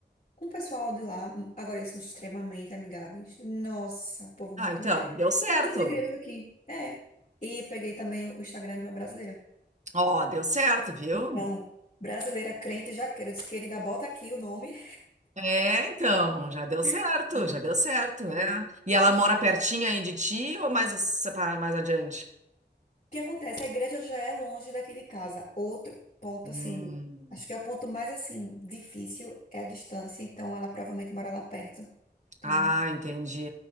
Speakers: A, on the left; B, on the right.
A: um pessoal de lá. Agora eles são extremamente amigáveis. Nossa, povo muito
B: Ah, então,
A: amigável.
B: deu certo.
A: Mas as igrejas aqui, é. E peguei também o Instagram de uma brasileira.
B: Ó, deu certo, viu?
A: Então, brasileira crente jaqueira, eu disse, querida, bota aqui o nome.
B: É, então, já deu certo,
A: <laughs> né?
B: já deu certo,
A: Então,
B: né?
A: O
B: E ela mora pertinho aí de ti ou mais separa mais adiante?
A: que acontece? A igreja já é longe daqui de casa. Outro ponto,
B: Hum.
A: assim, acho que é o ponto mais, assim, difícil é a distância. Então, ela provavelmente mora lá perto. Então,
B: Ah, entendi.